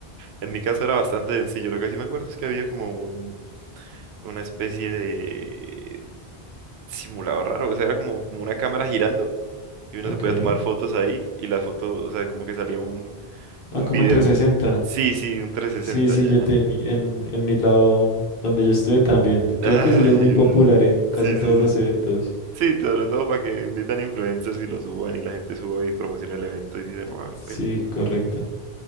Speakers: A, on the right; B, on the left.
A: en mi caso era bastante sencillo. Lo que sí me acuerdo es que había como un, una especie de simulador raro, o sea, era como, como una cámara girando y uno
B: Ok.
A: se podía tomar fotos ahí y las fotos, o sea, como que salía un, un
B: Ah, como
A: video.
B: en trescientos sesenta
A: Sí, sí, un trescientos
B: Sí,
A: sesenta
B: sí, yo
A: ya.
B: tení, en, en mi lado donde yo estuve también.
A: Ay,
B: Creo que eso ya es muy
A: pero...
B: popular en casi
A: Sí,
B: todos
A: sí, sí,
B: los eventos.
A: sí. Sí, sobre todo para que invitan influencers y lo suban y la gente suba y promociona el evento y dicen, wow, increíble.
B: Sí, correcto.